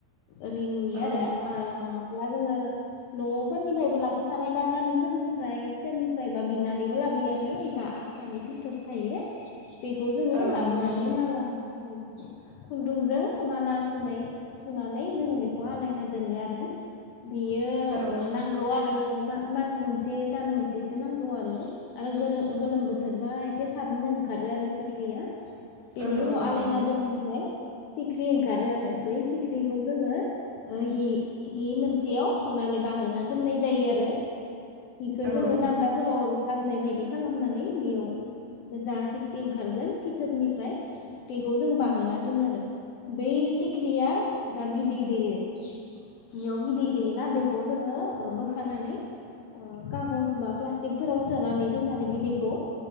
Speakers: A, on the left; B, on the right.
A: ओरै नुयो
B: औ
A: आरो ओ नङा हला जोङो न'फोरनिफ्रायबो लाखिखानाय बा गामिफोरनिफ्राय सोरनिफ्रायबा बिनानैबो लाबोयो आरो जा आखसानि फिथोब थायो बेखौ जोङो
B: औ
A: लाबोनानै
B: नंगौ
A: माला औ खुन्दुंजों माला सुनाय सुनानै जोङो बेखौ आलायना दोनो आरो। बेयो
B: औ
A: ओ नांगौ आरो। मा-मास मोनसे दान मोनसेसो नांगौ आरो आरो गोरो-गोलोम बोथोरबा एसे थाबनो खारो आरो सिख्रिया बेनि
B: औ
A: उनाव
B: औ
A: आलायना
B: नंगौ
A: दोन <unintelligible> सिख्रि ओंखारो आरो बै सिख्रिखौ जोंङो हि हि मोनसेयाव होनानै बाहोना दोननाय जायो आरो हिखौ
B: औ
A: जोंङो दान्दाफोराव लामनाय बायदि खालामनानै बेयाव गोजा सि ख्रि ओंखारगोन फिथोबनिफ्राय बेखौ जों बाहोना दोनो आरो बै सि ख्रिया जा बिदै दैयो बियाव बिदै दैयोना बे खौ जोंङो ओ बोखानानै ओ कागज बा पलासटिक फोराव सोनानै दोननो आरो बिदैखौ